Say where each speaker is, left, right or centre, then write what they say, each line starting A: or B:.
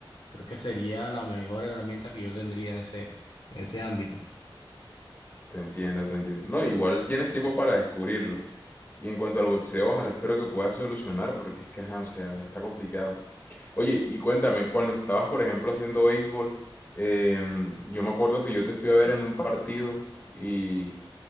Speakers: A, on the left; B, on the left.
A: creo que sería la mejor herramienta que yo tendría en ese, en ese ámbito.
B: te entiendo, te entiendo. No, igual tienes tiempo para descubrirlo. Y en cuanto al boxeo, ojalá espero que puedas solucionar, porque es que, ajá, o sea, está complicado. Oye, y cuéntame, cuando estabas, por ejemplo, haciendo béisbol, em, yo me acuerdo que yo te fui a ver en un partido y,